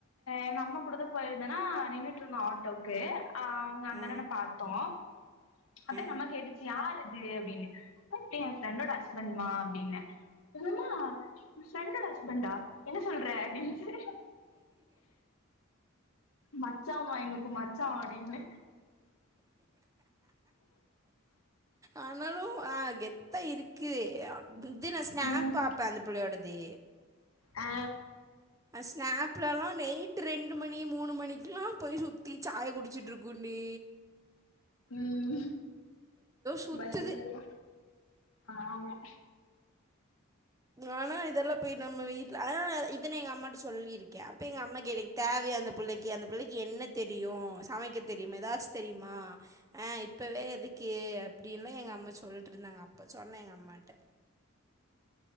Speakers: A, on the left (about 85°); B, on the right (about 15°).
A: எங்க அம்மா கூட தான் போயிருந்தனா நின்ட்டு இருந்தோம் ஆட்டோக்கு ஆ அவுங்க அந்த
B: ஆ,
A: ந பாத்தோம் அத்த
B: ஆ.
A: எங்க அம்மா கேட்டுச்சி யாரு அது அப்படினு அப்ப எ ப்ரெண்டோட ஹஸ்பண்ட் மாஅப்படினமா என் மா ப்ரெண்டோட ஹஸ்பண்டா என்ன சொல்ற அப்படினு மச்சாமா எங்களுகு மச்சான் அப்டினு
B: ஆனாலு ஆகேத் த்த யிருக்கு இது நான் ஸ்நாக்
A: ம்
B: பாப்பேன் அந்த பிளையோடது
A: ஆ
B: ஸ்நாலாம் நைட்டு் ரெண்டு மணி மூணு மணிக்கெலாம் போயி சுத்தி சாய் குடிச்ருக்குண்டீ
A: ம்
B: சுற்றுது
A: பயங்கர ஆ ஆம்மா
B: ஆனா யிதெல்லா போயி நம்ம வீட்டுல ஆனா இதன எங்க அம்மாட்ட சொல்லியிருகே அப்ப எங்க அம்மாக் எனக்கு தேவைய அந்த பிளைக்கு க்ய அந்த புள்ளைக்கு என்ன தெரியே சமைக்க தெரியுமா ஏதாச்சி தெரியுமா ஹ இபவே எதுக்கு அபடினா எங்க அம்மா சொல்லிட்டு யிருந்தாங்க அப்ப சொன்னே எங்க அம்மாகிட்ட